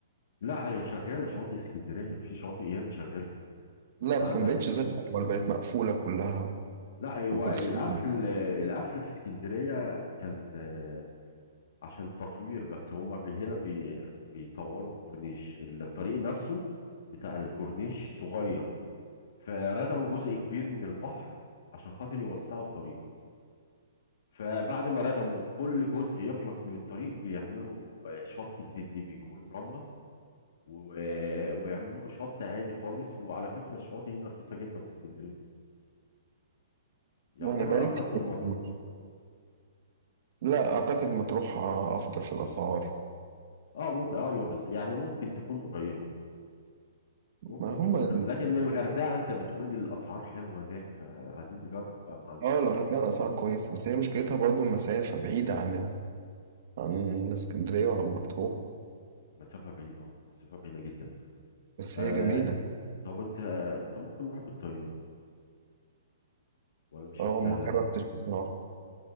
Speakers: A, on the left; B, on the right.
A: لا هي شغاله شواطئ اسكندريه في شواطئ ياما شغاله
B: لا بس
A: انت عندك
B: ما بقتش زي الاول بقت مقفولة كلها
A: لا هو
B: وبورسعيد
A: القفل القفل في اسكندريه كان آه، عشان تطوير بس هم بي هنا بي بيطوروا الكورنيش الطريق نفسه بتاع الكورنيش صغير فردموا جزء كبير من البحر عشان خاطر يوسعوا الطريق فبعد ما ردموا كل جزء يخلص من الطريق بيعملوا آه، شط جديد ليه بيجيبوا له رملة و- آه، ويعملوا له شط عادي خالص وعلى فكرة الشواطئ هنا رخيصة جدا في اسكندرية يعتبر
B: انا بقالي
A: أرخص
B: كتير
A: من مطروح
B: ما رحتش. لا اعتقد مطروح افضل في الاسعار
A: اه ممكن آه، ايوه بز... يعني ممكن تكون قريبة ممكن
B: ما هم
A: تكون
B: ال-
A: قريبة لكن الغردقة انت بتقول لي الأسعار حلوة هناك فعايزين نجرب بقى يا معلم
B: اه الغردقة الاسعار كويسة بس هي مشكلتها برضو المسافة بعيدة عن عن اسكندرية وعن مطروح
A: مسافة بعيدة آه، مسافة بعيدة جدا
B: بس
A: آه
B: هي جميلة
A: طب انت طب ممكن نروح بالطيارة ولا مش
B: اه
A: مستاهله
B: ما جربتش بصراحة